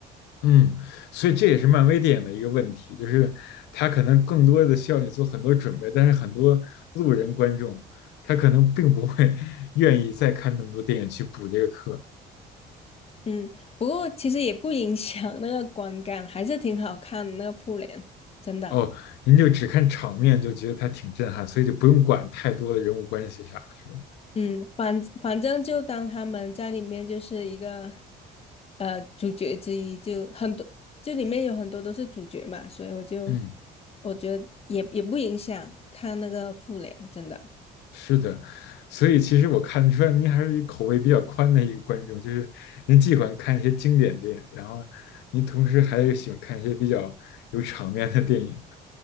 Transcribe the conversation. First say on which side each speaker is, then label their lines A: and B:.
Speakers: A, on the left; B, on the left.
A: 嗯，所以这也是漫威电影的一个问题，就是它可能更多的需要你做很多准备，但是很多路人观众他可能并不会 <laughs> 愿意再看那么多电影去补这个课。
B: 嗯，不过其实也不影响那个观感，还是挺好看的那个复联，真的。
A: 哦，您就只看场面就觉得它挺震撼，所以就不用管太多的人物关系啥，是吧？
B: 嗯，反反正就当他们在里面就是一个呃主角之一，就很多，就里面有很多都是主角嘛，所以我就
A: 嗯，
B: 我觉得也也不影响看那个复联，真的。
A: 是的，所以其实我看出来您还是一口味比较宽的一个观众，就是您既喜欢看一些经典电影，然后您同时还喜欢看一些比较有场面的电影。